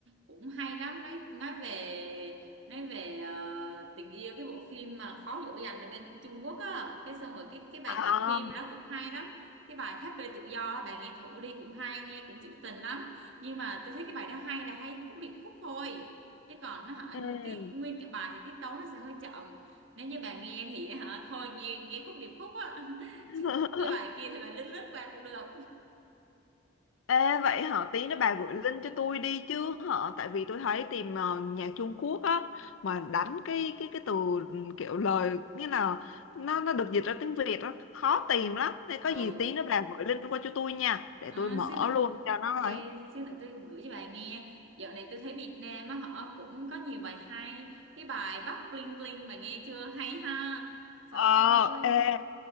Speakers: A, on the right; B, on the left.
A: cũng hay lắm nói nói về nói về ờ, tình yêu cái bộ phim mà khó dỗ dành ở bên Trung Quốc á cái xong rồi cái cái bài
B: À,
A: nhạc phim đó cũng hay lắm cái bài Thép Rơi Tự Do á, bà nghe thử đi cũng hay nghe cũng trữ tình lắm nhưng mà tôi thấy cái bài đó hay là hay khúc điệp khúc thôi chứ còn nó hả
B: ừ.
A: cái nguyên cả bài thì tiết tấu nó sẽ hơi chậm nếu như bà nghe thì hả thôi nghe nghe khúc điệp khúc á <laughs>
B: <laughs>
A: cái bài kia thì bạn lướt lướt qua cũng được
B: Ê, vậy hả tí nữa bà gửi link cho tôi đi chứ hả tại vì tôi thấy tìm ờ, nhạc Trung Quốc á mà đánh cái cái cái từ kiểu lời nghĩa là nó nó được dịch ra tiếng Việt á khó tìm lắm nên có
A: ờ
B: gì tí nữa bà gửi link qua cho tôi nha để
A: à,
B: tôi mở
A: xíu nữa
B: luôn cho nó
A: ok
B: ấy
A: xíu nữa tôi gửi cho bạn nghe dạo này tôi thấy Việt Nam á họ cũng có nhiều bài hay cái bài Bắc Bling Bling bạn nghe chưa hay ha trời
B: ờ
A: ơi
B: ê